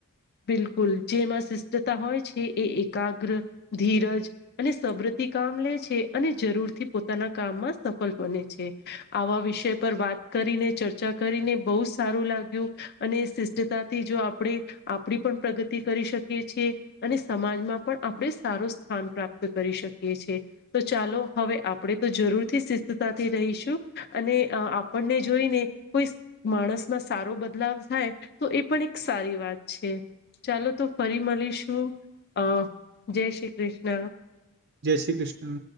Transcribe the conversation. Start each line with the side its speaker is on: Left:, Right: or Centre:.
Left: બિલકુલ જેમાં શિષ્ટતા હોય છે એ એકાગ્ર ધીરજ અને સબ્ર. થી કામ લે છે અને જરૂર થી પોતાના કામમાં સફળ બને છે આવા વિષય પર વાત કરીને ચર્ચા કરીને બહુ સારું લાગ્યું અને શિષ્ટતાથી જો આપડે આપ પડી પણ પ્રગતિ કરી શકીએ છીએ અને સમાજમાં પણ આપડે સારું સ્થાન પ્રાપ્ત કરી શક કિયે છે તો ચાલો હવે આપણે તો જરૂરથી શિસ્તાથી રહીશું અને આપ ને જોઈને કોઈ માણસ માં સારો બદલાવ થાય તો એ પણ એક સારી વાત છે ચાલો તો ફરી મલીશું અ જય શ્રી ક્રિષ્ન.
Right: જય શ્રી ક્રિષ્ન